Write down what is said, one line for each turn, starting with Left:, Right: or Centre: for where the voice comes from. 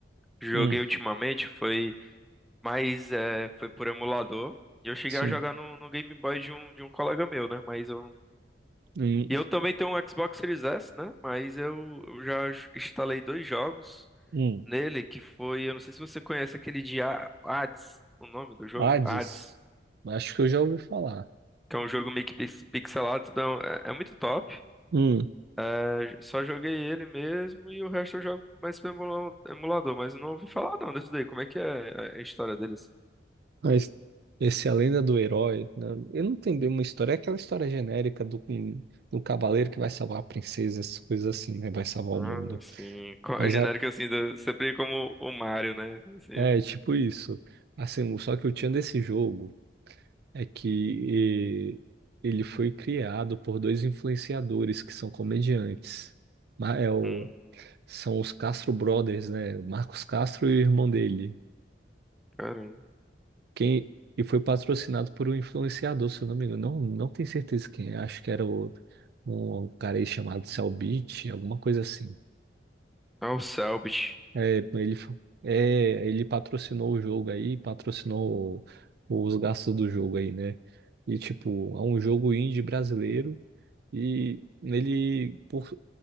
Centre: joguei
Right: Hum,
Centre: ultimamente foi mais, é, foi por emulador. E eu cheguei
Right: sim.
Centre: a jogar no, no Game Boy de um, de um colega meu, né? Mas eu
Right: Hum,
Centre: E eu também tenho um Xbox Series S, né? Mas eu, eu já j- instalei dois jogos
Right: hum.
Centre: nele, que foi, eu não sei se você conhece aquele de A- Hades, o nome do jogo,
Right: Hades?
Centre: Hades,
Right: Acho que eu já ouvi falar.
Centre: que é um jogo meio que pix- pixelado, tudo é, um- é- é muito top.
Right: Hum.
Centre: É, só joguei ele mesmo e o resto eu jogo mais pelo emula- emulador, mas eu não ouvi falar não desse daí. Como é que é a a história dele assim?
Right: Mas esse A Lenda do Herói, né? Ele não tem bem uma história, é aquela história genérica do, do cavaleiro que vai salvar a princesa, essas coisas assim, né? Vai salvar
Centre: Ah,
Right: o mundo.
Centre: sim. Co-
Right: Mas
Centre: Genérico
Right: a-
Centre: assim, do- sempre como o Mario, né? sim
Right: é, é tipo isso. Assim, o- só que o tchan desse jogo é que e, ele foi criado por dois influenciadores que são comediantes. Ma- é o-
Centre: Hum,
Right: são os Castro Brothers, né? Marcos Castro e o irmão dele.
Centre: caramba.
Right: Quem, e foi patrocinado por um influenciador, se eu não me engano. Não, não tenho certeza quem é. Acho que era o, um cara aí chamado Cellbit, alguma coisa assim.
Centre: Ah, o Selbit.
Right: É, ele, fa- é, ele patrocinou o jogo aí, patrocinou o- os gastos do jogo aí, né? E tipo, é um jogo indie brasileiro e ele, por